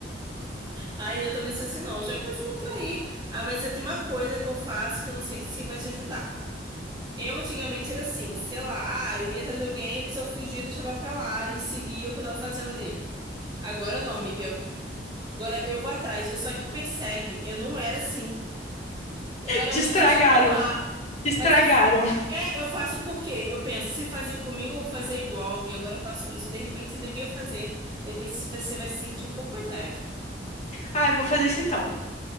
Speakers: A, on the right (about 25°); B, on the left (about 40°).
A: Aí eu também sou assim, não, já que eu descontrair. Ah, mas eu tenho uma coisa que eu faço que eu não sei se vai te ajudar. Eu antigamente era assim, sei lá, "Ah, eu ia atrás de alguém, a pessoa fugia, deixava pra lá e seguia o que eu tava fazendo ali. Agora não, amiga. Agora eu vou atrás, eu só que persegue. Eu não era assim. Eu era
B: Te
A: muito
B: estragaram,
A: de deixar pra lá.
B: te estragaram.
A: Mas eu. É, eu faço por quê? Eu penso, se fazer comigo, eu vou fazer igual, e agora eu faço isso. E De repente você devia fazer. De repente você vai se sentir um pouco mais leve.
B: Ah, eu vou fazer isso então.